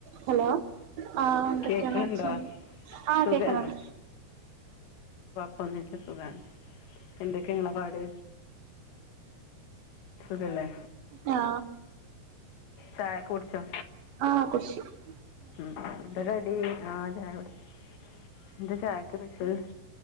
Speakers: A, on the right; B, on the left.
A: Hello ആഹ് എന്തൊക്കെ
B: കേൾക്കുന്നുണ്ടോ
A: <unintelligible> ആ
B: സുഖാണ്
A: കേക്കണുണ്ട്
B: <unintelligible> സുഖ ആണ് എന്തൊക്കെയാ നിങ്ങളെ പാട് സുഖല്ലെ
A: ഞാ
B: ചായയൊക്കെ കുടിച്ചോ
A: ആഹ് കുടിച്ച് ച്ചു
B: ഉം എന്തരടി ആൻ ചായ കുടിച് ന്താ ചായയ്ക്ക് സ്പെഷ്യൽ